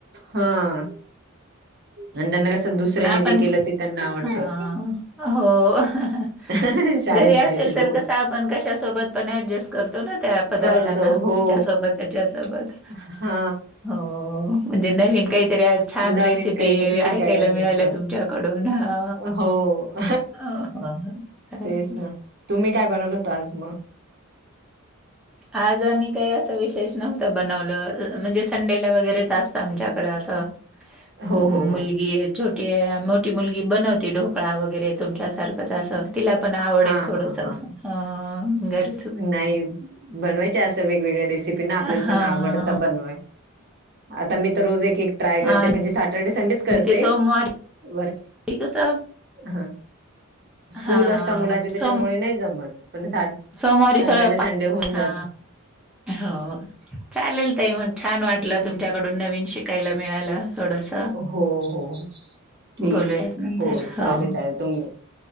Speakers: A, on the right (about 50°); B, in the centre.
A: हा. आणि त्यांना कसं दुसऱ्यांनी
B: पण आपण,
A: जे केलं ते त्यांना
B: हा,
A: आवडतं
B: हो हा.
A: <unintelligible>
B: घरी असेल
A: जे
B: तर
A: बघून
B: कसं आपण कशासोबत पण ऍडजस्ट करतो ना ते पदार्थांना
A: करतो हो
B: हिच्या सोबत त्याच्या सोबत.
A: हा.
B: हो म्हणजे नवीन काही तरी आज छान
A: नवीन
B: रेसिपी
A: काहीतरी शिकायला
B: ऐकायला
A: मिळत
B: मिळाल्या तुमच्याकडून अ
A: हो
B: हं. ह चालेल-चालेल‌.
A: तेच ना तुम्ही काय बनवल होत आज मग?
B: आज आम्ही काही असं विशेष नव्हतं बनवलं म्हणजे संडेला वगैरेच असतं आमच्याकडें असं.
A: हो
B: मुलगी
A: हो हो
B: आहे छोटी ये मोठी मुलगी बनवती ढोकळा वगैरे तुमच्यासारखच असते. तिला पण आवड
A: हा
B: आहे थोडस
A: हा
B: अ-अ
A: हा
B: दर
A: नाही बनवायचे असं वेगवेगळ्या रेसिपी ना आपल्याला
B: हां
A: पण आवडता बनवाय. आता मी तर रोज एक-एक ट्राय करते
B: हां
A: म्हणजे सॅटर्डे संडेच करते
B: आणि ते सोमवारी
A: वरक
B: कसं
A: ह स्कूल
B: हां
A: असता मुलांचे त्याच्यामुळे
B: सोम
A: नाही जमत. पण
B: सोमवारी
A: सॅटर्डे
B: थोड,
A: संडे होऊन
B: हा.
A: जात
B: हो चालेल ताई मग छान वाटलं
A: तेच ना
B: तुमच्या कडून नवीन शिकायला मिळाला थोडस.
A: हो-हो ठीक
B: बोलूयात नंतर
A: हो
B: हो.
A: चालेल-चालेल. तुम्ही